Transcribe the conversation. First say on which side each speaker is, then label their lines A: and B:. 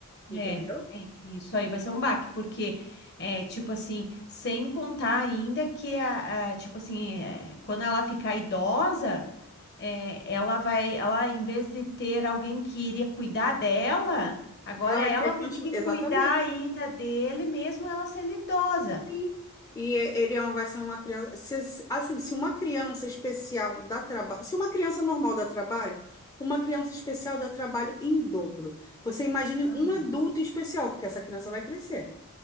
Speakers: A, on the left (about 15°); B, on the left (about 50°).
A: entendeu?
B: é, é, isso aí vai ser um baque, porque é tipo assim, sem contar ainda que a, a- tipo assim, é, quando ela ficar idosa, é, ela vai, ela em vez de ter alguém que iria cuidar dela, agora
A: Ela vai
B: ela
A: ter que
B: vai
A: continuar.
B: ter que
A: Exatamente.
B: cuidar ainda dele, mesmo ela sendo idosa.
A: Sim. E ele é um- vai ser uma criança. se- assim, se uma criança especial dá trabalho. Se uma criança normal dá trabalho, uma criança especial dá trabalho em dobro. Você imagine
B: Aham.
A: um adulto especial, porque essa criança vai crescer.